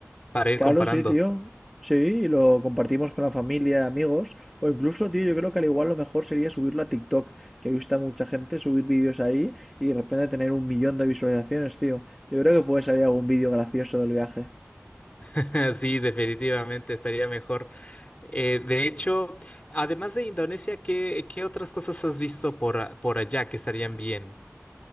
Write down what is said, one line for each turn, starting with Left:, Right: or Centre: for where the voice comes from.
Left: para ir
Centre: Claro,
Left: comparando.
Centre: sí, tío. Sí, y lo compartimos con la familia, amigos, o incluso, tío, yo creo que al igual lo mejor sería subirlo a TikTok, que he visto a mucha gente subir vídeos ahí y de repente tener un millón de visualizaciones, tío. Yo creo que puede salir algún vídeo gracioso del viaje.
Left: <laughs> Sí, definitivamente estaría mejor. Eh, de hecho, además de Indonesia, ¿qué, qué otras cosas has visto por, a- por allá que estarían bien?